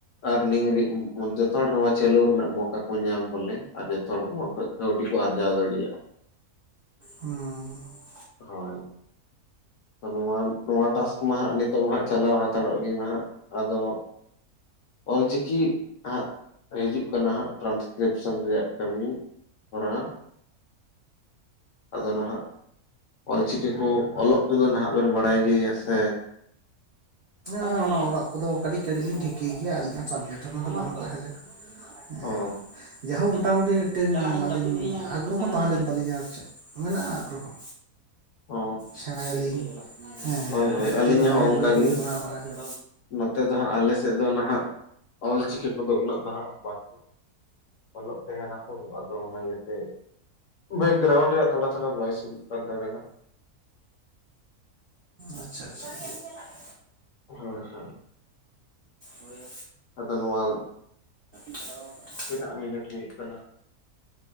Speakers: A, on the left; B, on the right.
A: ᱟᱨ ᱱᱤᱝ ᱦᱟᱹᱵᱤᱡ ᱩᱸ ᱡᱚᱛᱚ ᱦᱚᱲ ᱨᱚᱦᱚᱭ ᱪᱟᱹᱞᱩ ᱨᱮᱱᱟᱜ ᱢᱚᱠᱟ ᱠᱚ ᱧᱟᱢ ᱵᱚᱞᱮ ᱟᱨ ᱡᱚᱛᱚ ᱦᱚᱲ ᱱᱚᱣᱟ ᱠᱷᱚᱡ ᱠᱟᱹᱣᱰᱤ ᱠᱚ ᱟᱨᱡᱟᱣ ᱫᱟᱹᱲᱤᱭᱟᱜᱼᱟ᱾
B: ᱦᱩᱸ, ᱦᱩᱸ ᱾
A: ᱦᱳᱭ᱾ ᱚ ᱱᱚᱣᱟ, ᱱᱚᱣᱟ ᱴᱟᱥᱠ ᱢᱟ ᱦᱟᱸᱜ ᱱᱤᱛᱚᱜ ᱢᱟ ᱦᱟᱸᱜ ᱪᱟᱞᱟᱣ ᱦᱟᱸᱛᱟᱲᱚᱜ ᱜᱮᱭᱟ ᱱᱷᱟᱸᱜ, ᱟᱫᱚ ᱚᱞᱪᱤᱠᱤᱜ ᱦᱟᱸᱜ ᱦᱤᱡᱩᱜ ᱠᱟᱱᱟ ᱦᱟᱸᱜ ᱴᱨᱟᱸᱥᱠᱨᱤᱯᱥᱚᱱ ᱨᱮᱭᱟᱜ ᱠᱟᱹᱢᱤ᱾ ᱠᱚ ᱨᱚᱲᱟ᱾ ᱟᱫᱚ ᱱᱷᱟᱸᱜ ᱚᱞᱪᱤᱠᱤ ᱠᱚ ᱚᱞᱚᱜ ᱠᱚᱫᱚ ᱱᱷᱟᱸᱜ ᱵᱮᱱ ᱵᱟᱰᱟᱭ ᱜᱮ ᱭᱟ ᱥᱮ?
B: ᱟᱸ ᱚᱱᱟ ᱚᱞᱚᱜ ᱠᱚᱫᱚ ᱠᱟᱹᱴᱤᱡ ᱠᱟᱹᱴᱤᱡ ᱞᱤᱧ ᱴᱷᱤᱼᱠᱟᱹᱭ ᱜᱮᱭᱟ, ᱟᱹᱞᱤᱧᱟᱜ ᱥᱟᱵᱽᱡᱮᱠᱴ ᱦᱚᱸ ᱚᱱᱟ ᱫᱚ ᱵᱟᱝ ᱛᱟᱦᱮᱸ ᱞᱮᱱᱟ? ᱦᱮᱸ,
A: ᱚ
B: ᱡᱟ ᱦᱩ ᱢᱚᱴᱟᱢᱩᱴᱤ ᱴᱮᱡ ᱢᱮᱱᱟᱜᱼᱟ, ᱚᱱᱟ ᱞᱤᱧ ᱟᱜᱽᱨᱚ ᱦᱚᱸ ᱛᱟᱦᱮᱸ ᱞᱮᱱ ᱛᱟᱞᱤᱧᱟ ᱟᱨ ᱪᱮᱫ? ᱢᱮᱱᱟᱜᱼᱟ ᱟᱜᱽᱨᱚ ᱦᱚ᱾
A: ᱚ
B: ᱥᱮᱬᱟ ᱭᱟᱞᱤᱧ ᱦᱮᱸ
A: ᱦᱳᱭ ᱦᱳᱭ
B: ᱢᱤᱫᱴᱟᱹᱝ
A: ᱟᱹᱞᱤᱧ ᱦᱚᱸ
B: ᱵᱟᱨᱭᱟ
A: ᱚᱱᱠᱟ
B: ᱵᱳᱭ ᱠᱚᱞᱤᱧ
A: ᱜᱮ
B: ᱯᱟᱲᱦᱟᱣ ᱵᱟᱲᱟᱭᱟ᱾
A: ᱱᱚᱛᱮ ᱫᱚ ᱦᱟᱸᱜ ᱟᱞᱮ ᱥᱮᱫ ᱫᱚ ᱱᱷᱟᱸᱜ ᱚᱞᱪᱤᱠᱤ ᱠᱚᱫᱚ ᱩᱱᱟᱹᱜ ᱫᱚ ᱦᱟᱸᱜ ᱵᱟᱠᱚ ᱚᱞᱚᱜ ᱛᱟᱦᱮᱸᱱᱟ ᱛᱚ, ᱟᱫᱚ ᱚᱱᱟ ᱜᱮ ᱦᱮᱼᱮᱜ ᱵᱮᱜᱽᱨᱟᱩᱸᱰ ᱨᱮᱭᱟᱜ ᱛᱷᱚᱲᱟ ᱼ ᱛᱷᱚᱲᱟ ᱵᱷᱚᱭᱮᱥ ᱦᱤᱡᱩᱜ ᱠᱟᱱ ᱛᱟᱵᱮᱱᱟ ᱾
B: ᱟᱪᱪᱷᱟ ᱟᱪᱪᱷᱟ, ᱛᱟᱞᱮᱜ᱾
A: ᱦᱚᱭ ᱦᱚᱭ᱾
B: ᱦᱚᱭᱮ,
A: ᱟᱫᱚ ᱱᱚᱣᱟ
B: ᱡᱷᱟᱲᱟᱣᱟᱠᱟᱜᱼᱟ,
A: ᱛᱤᱱᱟᱹᱜ ᱢᱤᱱᱳᱴ ᱦᱩᱭᱩᱜ ᱠᱟᱱᱟ?